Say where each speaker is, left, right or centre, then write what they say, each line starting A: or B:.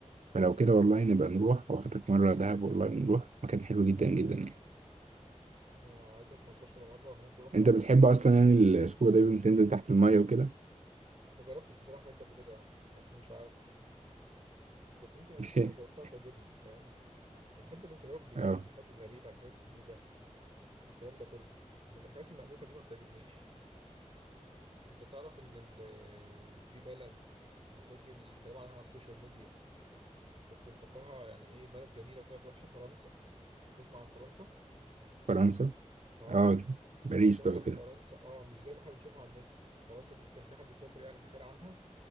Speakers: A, on the right; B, on the right.
A: فلو كده والله نبقى نروح واخدك مره دهب والله نروح مكان حلو جدا جدا يعني
B: آه عايزك ما رحتهاش ولا مره وهموت واروحها
A: انت
B: اصلا
A: بتحب اصلا يعني السكوبا دايفنج تنزل تحت الميه وكده
B: ما جربتش بصراحه الحاجات دي قبل كده يعني عشان مش عارف <laughs> بس ممكن اكيد
A: <laughs>
B: انا جربتها تعجبني فاهم انا بحب التجارب الجديده
A: اه
B: بحب الحاجات الغريبه الحاجات الجديده الكلام ده كله انما الحاجات المألوفه دي ما بتعجبنيش انت تعرف ان ال- في بلد من كتر الكلام عنها على السوشيال ميديا كنت مفكرها يعني ايه بلد جميله وطلعت وحشه فرنسا تسمع عن فرنسا
A: فرنسا
B: اه
A: اه باريس
B: انا عايز اقول
A: بقى
B: لك
A: وكده
B: فرنسا اه مش زي ما احنا بنشوفها على النت فرنسا دي كان في حد سافر يعني حكى لي عنها